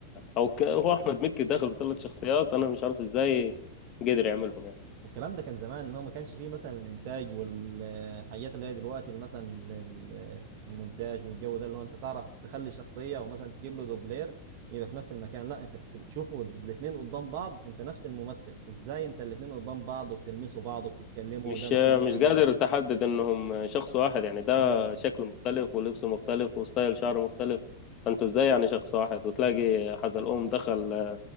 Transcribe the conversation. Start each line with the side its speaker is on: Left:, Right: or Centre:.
Left: او ك... هو احمد مكي داخل بثلاث شخصيات انا مش عارف ازاي قدر يعملهم يعني
Right: والكلام ده كان زمان ان هو ما كانش فيه مثلا الانتاج والحاجات اللي هي دلوقتي اللي مثلا ال- المونتاج والجو ده اللي هو انت تعرف تخلي شخصيه او مثلا تجيب له دوبلير يبقى في نفس المكان لا انت كنت بتشوفه الاثنين قدام بعض انت نفس الممثل ازاي انت الاثنين قدام بعض وبتلمسوا بعض وبتتكلموا
Left: مش
Right: وده مثلا يعمل
Left: مش قادر تحدد انهم شخص واحد يعني ده
Right: ايوه
Left: شكله مختلف ولبسه مختلف وستايل شعره مختلف فانتوا ازاي يعني شخص واحد وتلاقي حزلقوم دخل